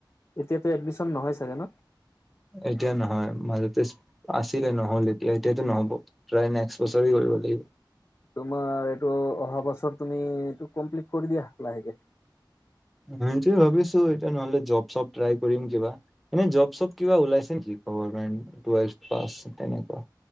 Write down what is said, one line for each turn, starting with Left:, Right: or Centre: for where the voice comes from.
Left: এতিয়াতো এডমিশন নহয় ছাগে ন?
Centre: এতিয়া নহয় মাজতে আছিলে। নহল এতিয়া এতিয়াতো নহ'ব। প্ৰায় নেক্স বছৰি কৰিব লাগিব।
Left: তোমাৰ এইটো অহা বছৰ তুমি এইটো কমপ্লিট কৰি দিয়া, লাহেকে।
Centre: মানে সেইটো ভাবিছো এতিয়া নহলে জৰ্ব চব ট্ৰাই কৰিম কিবা। এনে জৰ্ব-চব কিবা ওলাইছে নেকি গমেন্ট টুৱেল পাছ। তেনেকুৱা